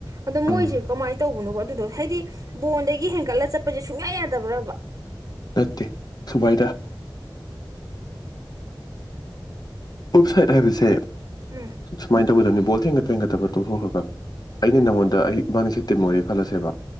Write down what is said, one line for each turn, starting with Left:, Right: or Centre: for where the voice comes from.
Right: ꯑꯗꯣ ꯃꯣꯏꯖꯦ
Left: ꯎꯝ
Right: ꯀꯃꯥꯏꯅ ꯇꯧꯕꯅꯣꯕꯣ ꯑꯗꯨꯗꯣ ꯍꯥꯏꯗꯤ ꯕꯣꯟꯗꯒꯤ ꯍꯦꯟꯒꯠꯂ ꯆꯠꯄꯖꯦ ꯁꯨꯡꯌꯥ ꯌꯥꯗꯕ꯭ꯔꯕ
Left: ꯅꯠꯇꯦ ꯁꯨꯃꯥꯏꯗ ꯑꯣꯞ ꯁꯥꯏꯠ ꯍꯥꯏꯕꯁꯦ
Right: ꯁꯨꯝ
Left: ꯁꯨꯃꯥꯏꯟ ꯇꯧꯒꯗꯕꯅꯦ ꯕꯣꯜ ꯊꯦꯡꯒꯗꯕ ꯇꯣꯛꯊꯣꯛꯈ꯭ꯔꯒ ꯑꯩꯅ
Right: ꯎꯝ
Left: ꯅꯪꯉꯣꯟꯗ ꯑꯩ ꯏꯕꯥꯅꯤꯁꯦ ꯇꯤꯝ ꯑꯣꯏꯔꯦ ꯈꯜꯂꯁꯦꯕ